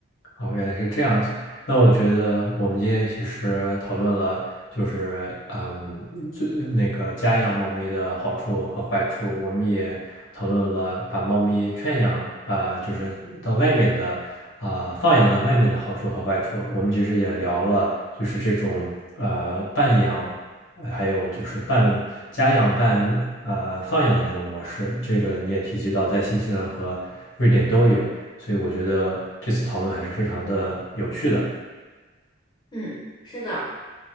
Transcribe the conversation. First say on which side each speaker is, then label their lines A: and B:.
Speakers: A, on the left (about 80°); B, on the left (about 20°).
A: 哦，原来是这样子。那我觉得我们今天其实讨论了，就是嗯，最那个家养猫咪的好处和坏处。我们也讨论了把猫咪圈养，呃，就是到外面的，啊、放养到外面的好处和坏处。我们其实也聊了，就是这种呃半养，呃还有就是半家养半呃放养的这种模式。这个你也提及到，在新西兰和瑞典都有。所以我觉得这次讨论还是非常的有趣的。
B: 嗯，是的，